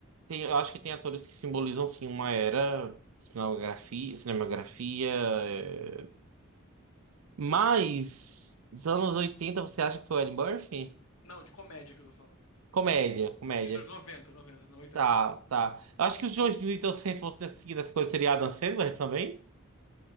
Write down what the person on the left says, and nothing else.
Não, de comédia que eu tô falando.
E os anos 90, 90, não 80.